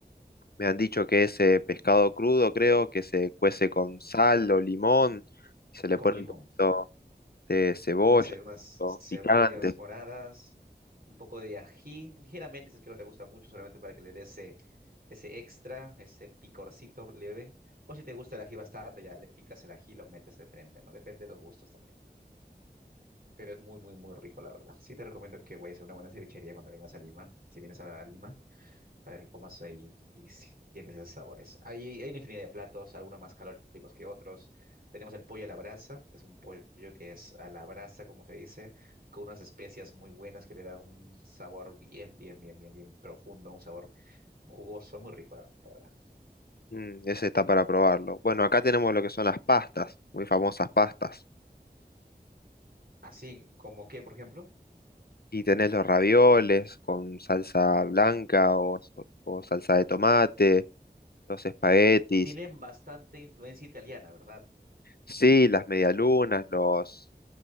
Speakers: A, on the left; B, on the right.
A: Me han dicho que es eh, pescado crudo, creo, que se cuece con sal o limón, y se le
B: Con
A: pone
B: limón.
A: un poquito de cebolla,
B: unas, ce- unas
A: o
B: cebollas
A: picante.
B: moradas, un poco de ají, ligeramente si es que no te gusta mucho, solamente para que le dé ese, ese extra, ese picorcito leve. O si te gusta el ají bastante, ya le picas el ají y lo metes de frente, ¿no? Depende de los gustos también. Pero es muy, muy, muy rico, la verdad. Sí te recomiendo que vayas a una buena cevichería cuando vengas a Lima, si vienes a Lima para que comas ahí y si- sientes esos sabores. Hay, hay una infinidad de platos, algunos más calóricos que otros. Tenemos el pollo a la brasa, es un pollo que es a la brasa, como se dice, con unas especias muy buenas que le dan un sabor bien, bien, bien, bien, bien profundo, un sabor jugoso, muy rico, la verdad.
A: Mm, ese está para probarlo. Bueno, acá tenemos lo que son las pastas, muy famosas pastas.
B: Así como que, por ejemplo,
A: Y tenés los ravioles con salsa blanca o, o salsa de tomate, los espaguetis,
B: tienen bastante influencia italiana, ¿verdad?
A: sí, las medialunas, los,